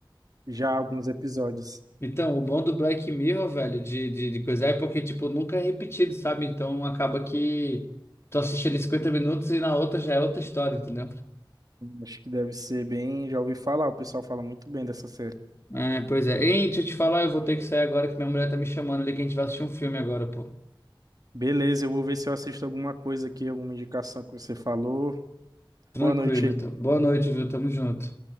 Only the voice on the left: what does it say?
Então, o bom do Black Mirror, velho, de, de, de coisa é porque, tipo, nunca é repetido, sabe? Então acaba que tu assiste ali 50 minutos e na outra já é outra história, entendeu?
É, pois é. Ei, deixa eu te falar, eu vou ter que sair agora que minha mulher tá me chamando ali que a gente vai assistir um filme agora, pô.
Tranquilo,
então. Boa noite, viu? Tamo junto.